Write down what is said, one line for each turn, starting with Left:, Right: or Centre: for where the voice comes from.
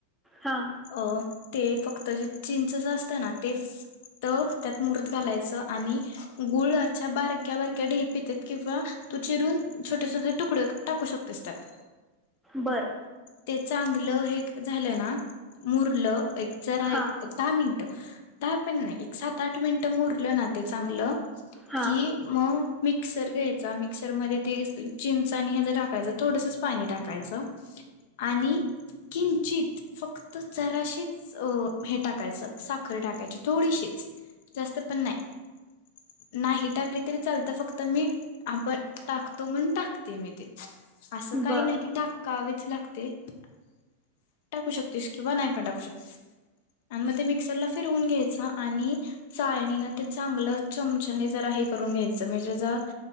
Centre: हां
Left: अ ते फक्त जे चिंचच असतं ना ते फक्त त्यात मुरत घालायचं आणि गुळाच्या बारक्या बारक्या ढेप येतात किंवा तू चिरून छोटे छोटे तुकडे टाकू शकतेस त्यात
Centre: बरं
Left: ते चांगलं हे झालं ना मुरलं एक जरा
Centre: हां
Left: एक दहा मिनट दहा पण नाही एक सात आठ मिनिटं मुरलं ना ते चांगलं
Centre: हां
Left: कि म मिक्सर घ्यायचा मिक्सरमध्येध् ते चिंच हॅज हे टाकायचं थोडसच पाणी टाकायचं आणि किंचित फक्त जराशीच अ हे टाकायचं साखर टाकायची थोडीशीच जास्त पण नाही नाही टाकली तरी चालत फक्त मीठ आपण टाकतो म्हणून टाकते मी ते असं काही
Centre: बरं
Left: नाही की टाकावे <unintelligible> टाकू शकतेस किंवा नाही पण टाकू शक्तीसआणि मग ते मिक्सरला फिरवून घ्यायच आणि चाळणीन ते चांगलं चमचाने जर हे करून घ्यायचं म्हणजे ज